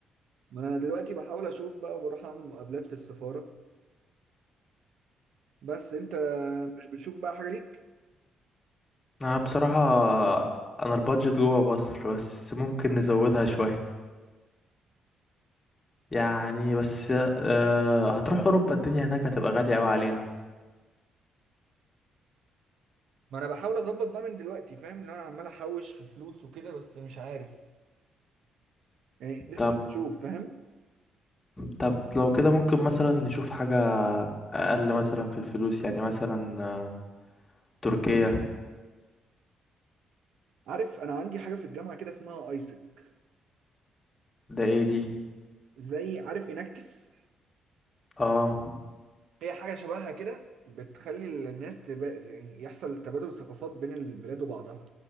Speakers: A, on the right (about 70°); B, on the left (about 25°).
A: ما انا دلوقتي بحاول اشوف بقى وبروح اعمل مقابلات في السفارة بس انت مش بتشوف بقى حاجة ليك
B: انا بصراحة انا البادجت جوه مصر بس ممكن نزودها شوية يعني بس أه هتروح اوروبا الدنيا هناك هتبقى غالية قوي علينا
A: ما انا بحاول اظبط بقى من دلوقتي فاهم ان انا عمال احوش في فلوس وكده بس مش عارف يعني لسه
B: طب
A: بشوف فاهم
B: طب لو كده ممكن مثلا نشوف حاجة اقل مثلا في الفلوس يعني مثلا آه، تركيا
A: عارف انا عندي حاجة في الجامعة كده اسمها ايسك
B: ده ايه دي
A: زي عارف اناكتس
B: اه
A: هي حاجة شبهها كده بتخلي الناس تب... يعني يحصل تبادل ثقافات بين البلاد وبعضها